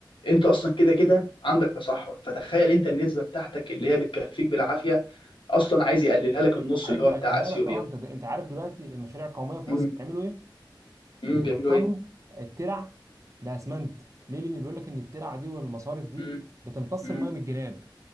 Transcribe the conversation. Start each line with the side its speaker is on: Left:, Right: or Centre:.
Left: انت اصلا كده كده عندك تصحر فتخيل انت النسبه بتاعتك اللي هي بتكفيك بالعافيه اصلا عايز يقللها لك النص
Right: عايز
Left: اللي هو
Right: يقللها
Left: بتاع اثيوبيا
Right: لك اه انت انت عارف دلوقتي المشاريع القوميه في
Left: امم
Right: مصر بيعملوا ايه
Left: امم
Right: بيبطلوا
Left: بيعملوا ايه
Right: الترع باسمنت ليه لان بيقول لك ان الترع دي والمصارف دي
Left: امم
Right: بتمتص
Left: امم
Right: الميه من الجناب